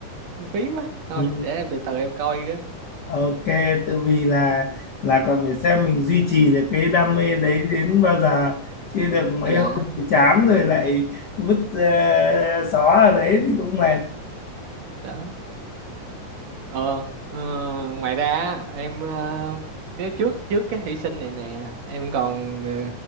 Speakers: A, on the right; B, on the left.
A: phí quá thôi
B: ừ.
A: để em từ từ em coi cái
B: Ok, tự vì là là còn phải xem mình duy trì được cái đam mê đấy đến bao giờ chưa được mấy
A: dạ
B: hôm thì chán rồi lại vứt uh, xó ở đấy thì cũng mệt.
A: đó ờ ờ, ngoài ra á, em ờ, cái trước trước cái thủy sinh này nè em còn ờ,